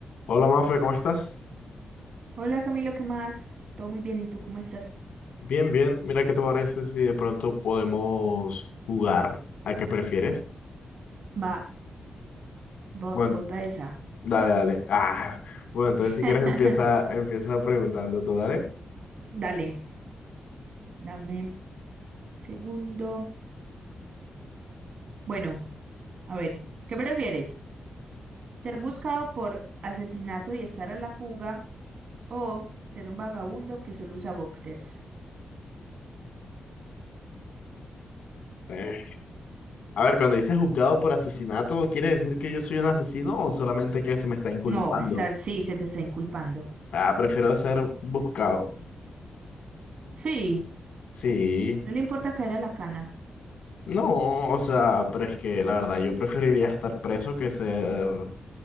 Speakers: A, on the left (about 80°); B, on the right (about 60°).
A: Hola Mafe, ¿cómo estás?
B: Hola Camilo, ¿qué más? Todo muy bien, ¿y tú cómo estás?
A: Bien, bien. Mira, ¿qué te parece si de pronto podemos jugar a qué prefieres?
B: Va, va,
A: Bueno,
B: voy para esa.
A: dale, dale. Ah, bueno, entonces
B: <laughs>
A: si quieres empieza, empieza preguntando tú, dale.
B: Dale, dame un segundo. Bueno, a ver, ¿qué prefieres? ¿Ser buscado por asesinato y estar a la fuga o ser un vagabundo que solo usa boxers?
A: Eh, A ver, cuando dices juzgado por asesinato, ¿quiere decir que yo soy un asesino o solamente que se me está inculpando?
B: No, está, sí, se te está inculpando.
A: Ah, prefiero ser buscado.
B: Sí,
A: Sí.
B: no le importa caer a la cana.
A: No, o sea, pero es que la verdad yo preferiría estar preso que ser